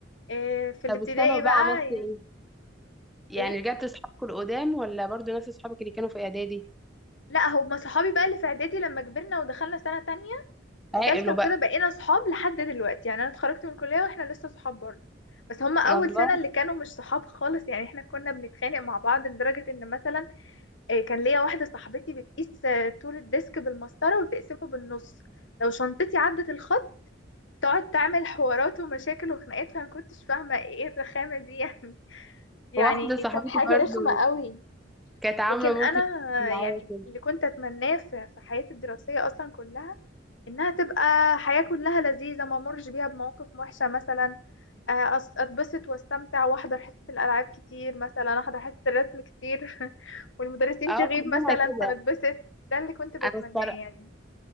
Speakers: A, on the left; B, in the centre.
A: إيه، في الابتدائي
B: طب الثانوي
A: بقى
B: بقى عملت ايه؟
A: يعني
B: يعني
A: ايه
B: رجعت لأصحابك القدام ولا برضو نفس أصحابك اللي كانوا في إعدادي؟
A: لا هما صحابي بقى اللي في اعدادي لما كبرنا ودخلنا سنة تانية وتالتة
B: عاقلوا
A: وكده
B: بقى
A: بقينا صحاب لحد دلوقتي يعني انا اتخرجت من الكلية واحنا لسه صحاب برضه بس هما اول
B: الله
A: سنة اللي كانوا مش صحاب خالص يعني احنا كنا بنتخانق مع بعض لدرجة ان مثلا إيه، كان ليا واحدة صاحبتي بتقيس آه، طول الديسك بالمسطرة وتقسمه بالنص لو شنطتي عدت الخط تقعد تعمل حوارات ومشاكل وخناقات فانا مكنتش فاهمة ايه الرخامة دي <laughs> يعني يعني
B: واحدة صاحبتي
A: كانت حاجة
B: برضو
A: رخمة قوي
B: كانت عاملة
A: لكن
B: موقف
A: انا
B: معايا
A: يعني
B: كده
A: اللي كنت اتمناه في في حياتي الدراسية اصلا كلها انها تبقى حياة كلها لذيذة ما امرش بيها بمواقف وحشة مثلا آه، أص- اتبسط واستمتع واحضر حصة الالعاب كتير مثلا احضر حصة الرسم كتير <laughs> والمدرسين
B: اه
A: تغيب
B: كلنا
A: مثلا
B: كده
A: فنتبسط ده اللي كنت بتمناه
B: انا الصراحة
A: يعني